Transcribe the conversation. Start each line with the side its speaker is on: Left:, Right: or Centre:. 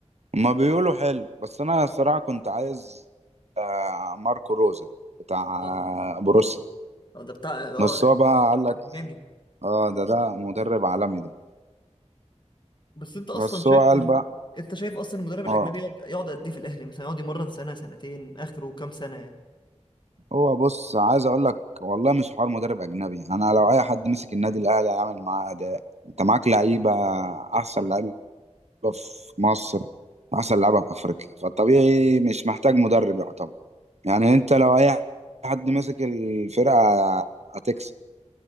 Right: ما بيقولوا حلو بس انا الصراحه كنت عايز آه، ماركو روزا بتاع
Left: اه
Right: آه، بروسيا
Left: آه، ده بتاع اه
Right: بس هو
Left: يعني
Right: بقى قال لك
Left: الماني
Right: اه ده ده مدرب عالمي ده
Left: بس انت اصلا
Right: بس
Left: شايف
Right: هو قال
Left: إن-
Right: بقى
Left: انت شايف اصلا المدرب الاجنبي
Right: اه
Left: يقعد يقعد قد ايه في الاهلي مثلا يقعد يمرن سنه سنتين اخره كام سنه يعني
Right: هو بص عايز اقول لك والله مش حوار مدرب اجنبي انا لو اي حد مسك النادي الاهلي هيعمل معاه اداء انت معاك لعيبه احسن لعيبه في مصر احسن لعيبه في افريقيا فالطبيعي مش محتاج مدرب يعتبر يعني انت لو اي حد مسك الفرقه هتكسب